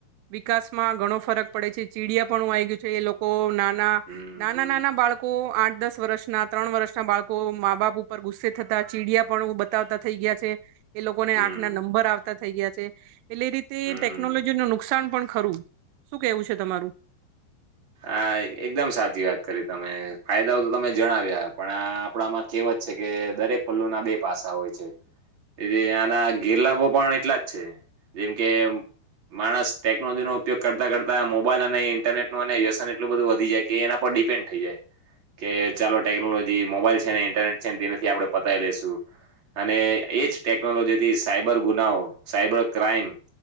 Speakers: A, on the right; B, on the right.
A: વિકાસમાં ઘણો ફરક પડે છે. ચીડિયા પણું આવી ગયું છે એ લોકો નાના
B: હમ,
A: -નાના-
B: હમ,
A: નાના બાળકો આઠ દસ વર્ષના ત્રણ વર્ષના બાળકો મા બાપ ઉપર ગુસ્સે થતા ચીડયા પણ બતાવતા થઈ ગયા છે. એ લોકોને
B: હમ,
A: આંખના નંબર આવતા થઈ ગયા છે. એટલે એ રીતે
B: હમ.
A: ટેક્નોલોજી નો નુકસાન પણ ખરું. શું કેવું છે તમારું?
B: આ એકદમ સાચી વાત કરી તમે. ફાયદાઓ તો તમે જણાવ્યા. પણ આ આપણામાં કહેવત છે કે દરેક પલ્લુના બે પાસાં હોય છે. અને આના ગેરલાભો પણ એટલા જ છે. જેમ કે માણસ ટેક્નોલોજીનો ઉપયોગ કરતા- કરતા મોબાઈલ અને ઇન્ટરનેટ વ્યસન એટલું બધું જાય કે એના પર ડિપેન થઈ જાય. કે ચાલો ટેક્નોલોજી તે મોબાઈલ છે ને ઇન્ટરનેટ છે ને તેનાથી આપણે પતાવી લઈેશું. અને એજ ટેકનોલોજીથી સાયબર ગુનાઓ, સાયબર ક્રાઈમ.